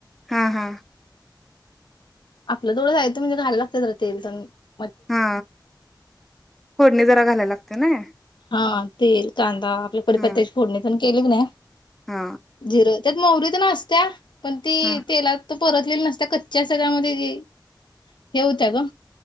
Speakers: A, in the centre; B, on the left (about 75°).
A: हा हा
B: आपलं डोळं जायचं म्हणजे घायला लागत जरा तेल तर म
A: हा फोडणी जरा घालायला लागत त्या नाही
B: हा तेल कांदा आपल्याकडे
A: हा
B: पत्त्या फोडणे केलग नाही
A: हा
B: जिरं त्यात मवरी तिनं असत्या पण ती
A: हा
B: तेलात परतलेल्या नसत्या कच्च्या असत त्यामध्ये हे होत्या ग